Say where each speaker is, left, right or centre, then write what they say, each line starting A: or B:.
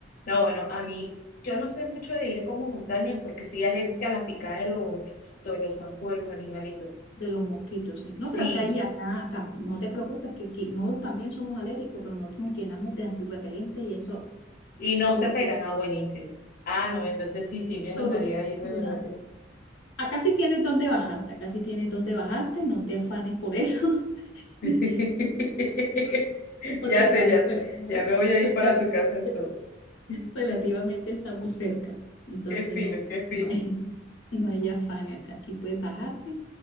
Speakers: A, on the left (about 50°); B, on the left (about 80°).
A: No, bueno, a mí, yo no soy mucho de ir como montañas porque soy alérgica a la picada de los, de los zancudos, los animalitos.
B: de los mosquitos, sí. No,
A: Sí,
B: pero acá y acá, ta- no te preocupes, que aquí no también somos alérgicos, pero nosotros nos llenamos de antirrepelente y eso
A: y no
B: solo
A: se pegan, ah, buenísimo. Ah, no, entonces
B: <laughs>
A: sí, sí, me
B: solucionado.
A: animaría a ir, de verdad que sí.
B: Acá sí tienes dónde bajarte, acá sí tienes dónde bajarte, no te afanes por eso,
A: <laughs>
B: <laughs> porque
A: Ya
B: estamos
A: sé, ya
B: relativo-
A: sé, ya me voy a
B: relativamente
A: ir para tu casa entonces. <laughs>
B: relativamente estamos cerca, entonces
A: Qué fino,
B: no,
A: qué
B: no
A: fino.
B: hay, <laughs> no hay afán acá, sí puedes bajarte